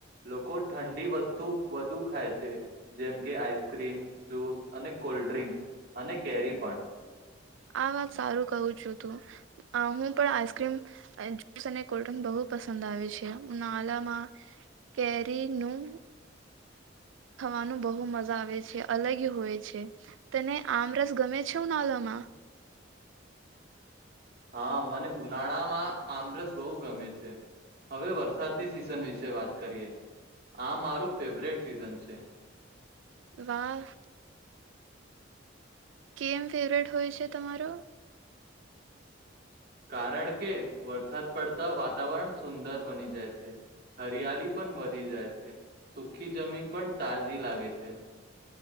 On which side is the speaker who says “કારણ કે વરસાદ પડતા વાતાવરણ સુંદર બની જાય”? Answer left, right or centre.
Right